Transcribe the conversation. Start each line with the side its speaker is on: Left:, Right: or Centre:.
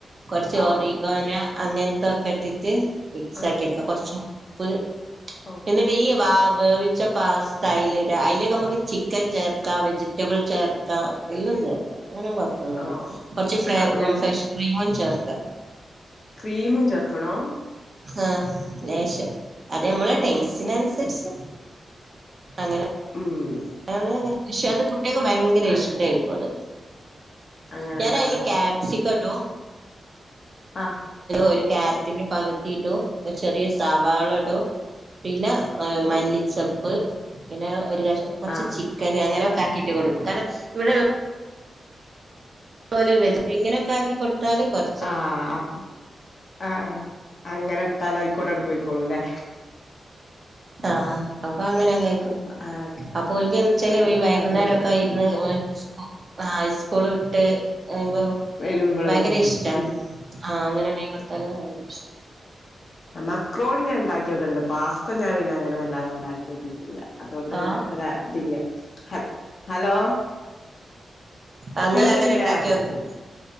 Right: കൊറച്ച്
Left: ഔ
Right: ഒറിഗോന അങ്ങനത്തെ ഒക്കെ ഇട്ട്ട്ട് മിക്സ്
Left: ആഹ്
Right: ആക്കി ക്ക കൊറച്ചു ഉ പ്പ്‌
Left: ഔ
Right: എന്നി ട്ട്ഈ വാവ് വേവിച്ച പാസ്ത അയില് ഇട അയിലെക്ക് നമുക്ക് ചിക്കൻ ചേർക്ക വെജ് റ്റബിൾ ചേർക്ക എല്ലാം ചേർക്ക അങ്ങനെകൊ പ്പോന്നുല്ല
Left: ഓ
Right: കൊറച്ച് ഫ്ര
Left: അങ്ങനെ
Right: മ് ഫ്രഷ് ക്രീമും ചേർക്ക
Left: ക്രീമും ചേർക്കണോ
Right: ആഹ് ലേശം അത് ഞമ്മളെ
Left: ആഹ്
Right: ടേസ്റ്റിനനുസരിച്ച് അങ്ങനെ
Left: ഉമ്
Right: <unintelligible> അത് പക്ഷെ അത് കുട്ടികക്ക് ഭയങ്കര
Left: അങ്ങനെ
Right: ഇഷ്ടയിക്കും അത്
Left: അങ്ങനെല്ലേ
Right: ഞാനായില് ക്യാപ്സിക്കം ഇടും
Left: ആഹ്
Right: ഒരു ക്യാരറ്റിന്റെ പകുതി ഇടും ഒരു ചെറിയ സവാള ഇടും പിന്നെ മല്ലിച്ചപ്പ്
Left: ഓ
Right: പിന്നെ ഒരു കൊറച്ച്
Left: ആ
Right: ചി ക്കൻ അങ്ങനെ ഒക്കെ ആക്കിട്ട് കൊടുക്കും കാരണം ഇവിടെ ഇത് പൊലെ ഇങ്ങനൊക്കെ ആക്കി കൊട്ത്താല് കൊറ
Left: ആഹ് ആപ് ആഹ് ആഹ് അങ്ങനെ ഇട്ടാല് ആയിക്കുടാണ്ട് പോയിക്കോളൂല്ലേ
Right: ആഹ് അപ്പൊ അങ്ങനെ കഴിക്കും
Left: അപ്പൊ ആഹ്
Right: അപ്പോ എൻതന്ന് വെച്ചാല്
Left: അതൊന്ന്
Right: വൈകുന്നേരംക്കെ
Left: ഇണ്ടാക്കി വെക്കണം
Right: ഇരുന്ന്
Left: ഉം
Right: ഓല്ക്ക് സ്കൂ കൂൾ വിട്ട് കയുമ്പോ
Left: വരുമ്പളേ
Right: ഭയങ്കര ഇഷ്ട
Left: ഉം
Right: ആഹ് അങ്ങനെണെ.. തല പയങ്കര ഇഷ്ടാ
Left: മക്രോണിഞാൻ ഉണ്ടാക്കി നോക്കലുണ്ട് പാസ്ത ഞാൻ പിന്നെ അങ്ങനെ വല്ലാണ്ട് ഉണ്ടാക്കി നോക്കിയിട്ടില്ല അതുകൊണ്ട്
Right: ആഹ്
Left: ഒരാ ഇതില് ഹ ഹലോ
Right: ഞങ്ങള്അങ്ങനെ
Left: കേൾക്കണില്ലേ
Right: ഉണ്ടാക്കിയോക്ക